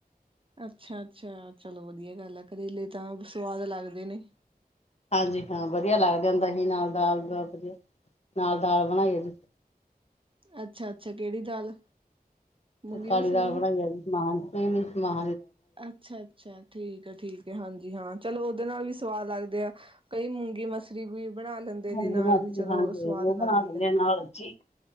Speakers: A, on the right; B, on the left.
A: ਅੱਛਾ ਅੱਛਾ ਚਲੋ ਵਧੀਆ ਗੱਲ ਆ ਕਰੇਲੇ ਤਾਂ ਸਵਾਦ ਲੱਗਦੇ ਨੇ
B: ਹਾਂਜੀ ਹਾਂ ਵਧੀਆ ਲੱਗ ਜਾਂ ਹੁੰਦਾ ਹੀ ਨਾਲ ਦ ਦ ਵਧੀਆ ਨਾਲ ਦਾਲ ਬਣਾਈਦੀ
A: ਅੱਛਾ ਅੱਛਾ ਕਿਹੜੀ ਦਾਲ ਮੂੰਗੀ
B: ਕਾਲੀ
A: ਮਸਰੀ
B: ਦਾਲ
A: ਦੀ
B: ਬਣਾਈ ਆ ਵੀ ਸਮਾਨ ਨੀਾਨ
A: ਅੱਛਾ ਅੱਛਾ ਠੀਕ ਆ ਠੀਕ ਹਾਂਜੀ ਹਾਂ ਚਲੋ ਉਹਦੇ ਨਾਲ ਵੀ ਸਵਾਦ ਲੱਗਦੇ ਆ ਕਈ ਮੂੰਗੀ ਮਸਰੀ ਵੀ ਬਣਾ ਲੈਂਦੇ
B: ਹਾਂਜੀ
A: ਨੇ ਨਾਲ
B: ਮਾਸੀ
A: ਵੀ
B: ਜੀ
A: ਚਲੋ
B: ਹਾਂਜੀ
A: ਸਵਾਦ
B: ਹਾਂਜੀ ਉਹ
A: ਲੱਗਦੀ
B: ਬਣਾ ਲੈਂਦੇ
A: ਹੈ
B: ਆ ਨਾਲ ਅੱਛੀ